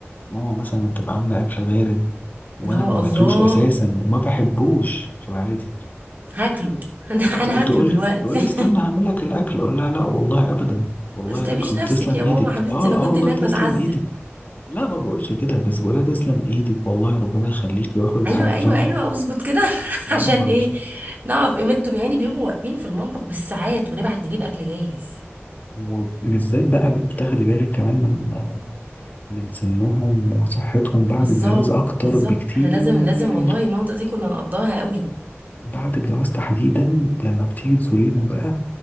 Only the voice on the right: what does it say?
اللي هو
الله
هاكله <laughs> ده
انا هاكله
دلوقتي
<laughs>
ما تتعبيش
نفسك
يا
ماما حبيبتي
انا كنت
هناك
بتعذب
ايوه ايوه
ايوه اظبط كده <laughs>
عشان
ايه نعرف قيمته يعني بيبقوا واقفين في المطبخ بالساعات ونبعت نجيب اكل جاهز
بالظبط
بالظبط
احنا لازم لازم والله النقطة دي كنا نقضاها قوي